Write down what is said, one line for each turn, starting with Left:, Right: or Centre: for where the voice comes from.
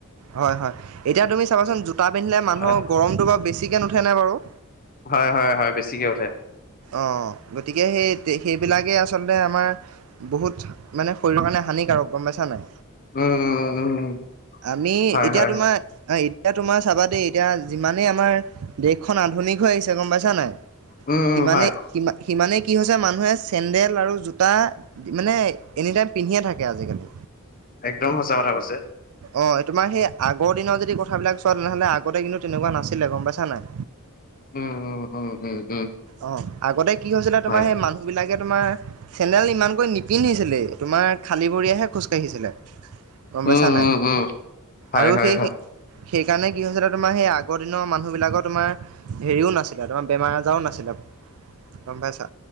Right: হয় হয় এতিয়া তুমি চাবাচোন জোতা পিন্ধিলে মানুহৰ
Left: হয়
Right: গৰমটো বাৰু বেছিকৈ নুঠেনে বাৰু।
Left: হয় হয় হয় বেছিকে উঠে।
Right: অঁ গতিকে সেই সেইবিলাকেই আচলতে আমাৰ বহুত মানে শৰীৰৰ কাৰণে হানিকাৰক গম পাইছা নাই।
Left: উম উম উম উম
Right: আমি
Left: হয়
Right: এতিয়া
Left: হয়
Right: তোমাৰ এতিয়া তোমাৰ চাবা দেই এতিয়া যিমানেই আমাৰ দেশখন আধুনিক হৈ আহিছে গম পাইছা নাই।
Left: উম
Right: সিমানে
Left: উম হয়
Right: সি সিমানে কি হৈছে মানুহে চেন্দেল আৰু জোতা মানে এনি টাইম পিন্ধিয়ে থাকে আজিকালি
Left: একদম সঁচা কথা কৈছে।
Right: অ তোমাৰ সেই আগৰ দিনৰ যদি কথাবিলাক চোৱা তেনেহলে আগতে কিন্তু তেনেকুৱা নাছিলে গম পাইছা নাই।
Left: উম উম উম উম উম-
Right: অ আগতে কি হৈছিলে তোমাৰ
Left: হয়
Right: সেই মানুহ বিলাকে তোমাৰ চেনেল ইমানকৈ নিপিন্ধিছিলেই তোমাৰ খালী ভৰিয়েহে খোজকাাঢ়িছিলে। গম পাইছা
Left: উম
Right: নাই
Left: উম উম হয়
Right: আৰু
Left: হয়
Right: সেই
Left: হয়
Right: সেই- সেইকাৰণে কি হৈছিল তোমাৰ সেই আগৰ দিনৰ মানুহবিলাকৰ তোমাৰ- হেৰিয়ো নাছিলে তোমাৰ বেমাৰ আজাৰও না চিলে গম পাইছা?